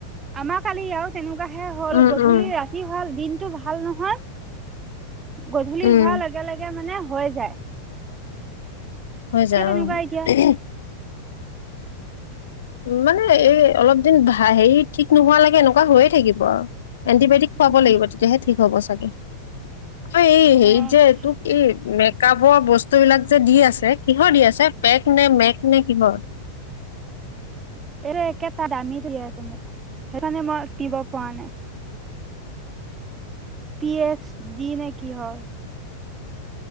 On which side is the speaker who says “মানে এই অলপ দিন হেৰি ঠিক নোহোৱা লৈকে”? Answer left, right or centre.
Left